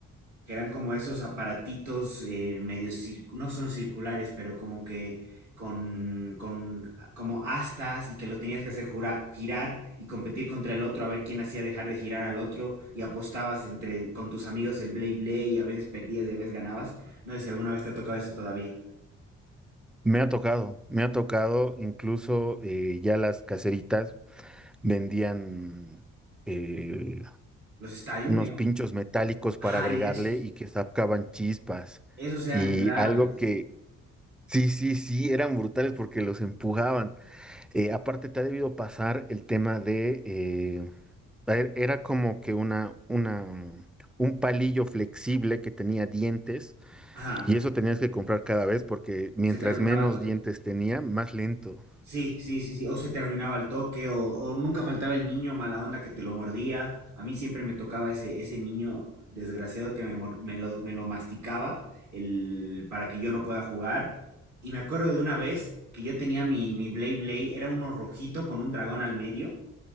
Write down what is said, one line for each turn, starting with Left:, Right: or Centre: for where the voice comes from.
Right: que eran como esos aparatitos eh, medio cir- no son circulares, pero como que con, con como astas y que lo tenías que hacer jura- girar y competir contra el otro a ver quién hacía dejar de girar al otro y apostabas entre con tus amigos el Blade Blade y a veces perdías y a veces ganabas. No sé si alguna vez te ha tocado eso todavía.
Centre: Me ha tocado, me ha tocado, incluso eh, ya las caseritas vendían eh,
Right: Los stadiums,
Centre: unos
Right: digamos.
Centre: pinchos metálicos
Right: Ay,
Centre: para agregarle
Right: esos.
Centre: y que sacaban chispas.
Right: Esos eran
Centre: Y
Right: graves.
Centre: algo que sí, sí, sí, eran brutales porque los empujaban. Eh, aparte, te ha debido pasar el tema de, eh, er- era como que una, una, mm, un palillo flexible que tenía dientes
Right: Ajá.
Centre: y eso tenías que comprar cada vez porque mientras
Right: Se te arruinaba
Centre: menos
Right: el toque.
Centre: dientes tenía, más lento.
Right: Sí, sí, sí, sí. O se te arruinaba el toque, o, o nunca faltaba el niño mala onda que te lo mordía. A mí siempre me tocaba ese, ese niño desgraciado que me, mor- me lo, me lo masticaba el, para que yo no pueda jugar. Y me acuerdo de una vez que yo tenía mi, mi Blade Blade, era uno rojito con un dragón al medio,